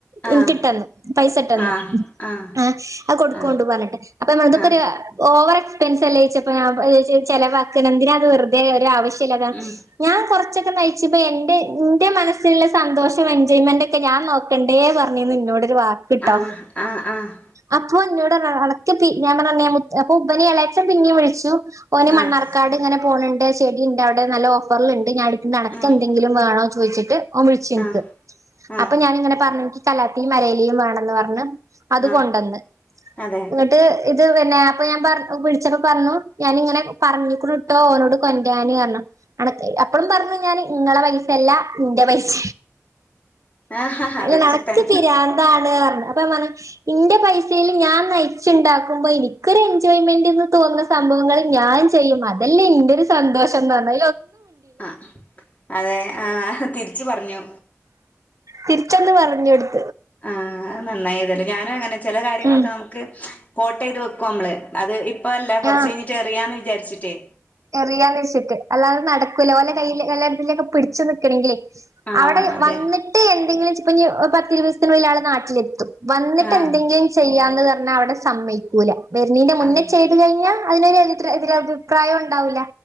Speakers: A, on the left (about 30°); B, on the right (about 75°).
A: ആഹ്
B: എനിക്കിട്ടെന്ന് പൈസ ഇട്ടന്ന്
A: ആഹ് ആഹ്
B: ആ ആ കൊടുക്കോണ്ട്
A: ആഹ്
B: പർഞ്ഞിട്ട് അപ്പ അമ്മൾതക്കൊരു
A: ആഹ്
B: ഓ വർ എക്സ്പെൻസ്ല് അല്ലെ ചോയ്ച്ചപ്പം ചെലവാക്ക എന്തിന അത് വെറുതെ ഒരു ആവശ്യ ല്ലാതെ
A: ഉം
B: ഞാൻ കൊറച്ച് പ്എന്റെ എന്റെ മനസ്സിലുള്ള സന്തോഷം എൻജോയ്മെന്റ്ക്കെ ക്ക ഞാൻ നോക്കണ്ടേ പറഞ്ഞന്ന് ഇന്നോടൊരു വാക്ക്ട്ടോ
A: ആഹ് ആഹ് ആഹ്
B: അപ്പൊ ഇന്നോട് പറഞ്ഞു അന ഞാൻ പറഞ്ഞ അപ്പൊ ഇബനി ഏളാച്ചം പിന്നീെ വിളിച്ചു ഓന് മണ്ണാർക്കാട്
A: ആഹ് ആഹ്
B: ഇങ്ങനെ പോണണ്ട് ചെടി ഇണ്ട് അവിടെ നല്ല ഓഫർ ല് ഇണ്ട് ഞാ അനക്ക്
A: ആഹ്
B: എന്തെങ്കിലും വേണോ ചോ ചോയ്ച്ചിട്ട് ഓൻ വിളിച്ച് ഇനിക്ക്
A: ആഹ് ആഹ്
B: അപ്പൊ ഞാന് ഇങ്ങനെ പറഞ്ഞ കലാത്തിയും മലേലിയും വേണെന്ന് പറഞ്ഞ് അത്
A: ആഹ്
B: കൊണ്ടന്ന്
A: അതെ
B: എന്നങ്ങിട്ട് ഇത് പിന്നെ അപ്പൊ ഞാൻ പറ വിളിച്ച, പറഞ്ഞു ഞാനിങ്ങനെ പറഞ്ഞൂ ക്കുന്നുട്ടോ ഓനോട് കൊണ്ടാരൻ പറ അനക് അപ്പഴും പറഞ്ഞു ഞാന് നിങ്ങളെ പൈസ അല്ല നിന്റെ പൈസ
A: ആഹ് ആഹ്
B: അല്ല
A: റിച്ചുട്ടൻ
B: നടക്ക് പിരാന്താണ് പറഞ്ഞ് അപ്പം പറ ഇന്റെ പൈസൽ ഞാൻ നയി നയിച്ച്ണ്ടുമ്പോ എനിക്കൊരു എൻജോയ്മെന്റ് എന്ന് തോന്ന സംഭവങ്ങൾ ഞാൻ ചെയ്യും അതല്ല എന്റെ ഒരു സന്തോഷം പറഞ്ഞ
A: ആ അതെ ആ തിരിച്ചു പറഞ്ഞു
B: തിരിച്ചൊന്ന് പറഞ്ഞു കൊടുത്തു
A: ആഹത് നന്നായിതല്ല ഞാനും അങ്ങനെ ചില കാര്യങ്ങളൊക്കെ
B: ഉം
A: നമുക്ക് കൊട്ട് ചെയ്ത് വെക്കുംനമ്മള് അത് ഇപ്പോ ഇപ്പോ അല്ല കുറച്ച്
B: ആഹ്
A: കഴിഞ്ഞട്ട് എറിയാൻ വേ വിചാരിച്ചിട്ടെ
B: എറിയാന്ന് വെച്ചിട്ട് അല്ലാതെ നടക്കൂലലെ ഓന്റെ കൈയിൽ യെല്ലന്തേലും പിടിച്ചു നിൽക്കണെങ്കിൽ
A: ആഹ്
B: അവിടെ
A: അതെ
B: വന്നിട്ട് എന്തെങ്കിലും ചെ- ഇപ്പോ ഇനി ഇരുപത്ദിവസത്തിനുള്ളിൽ ആള് നാട്ടിലെത്തും വന്നിട്ട്
A: ആഹ്
B: എന്തെങ്കിലും ചെയ്യാന്ന് ന്നഅവിടെ സമ്മയ്ക്കൂല വരുന്നെന്റെ മുന്നേ
A: അതെ
B: ചെയ്തു കഴിഞ്ഞാൽ അതിനൊരു ഓരോടെ അഭിപ്രായം ഉണ്ടാവില്ല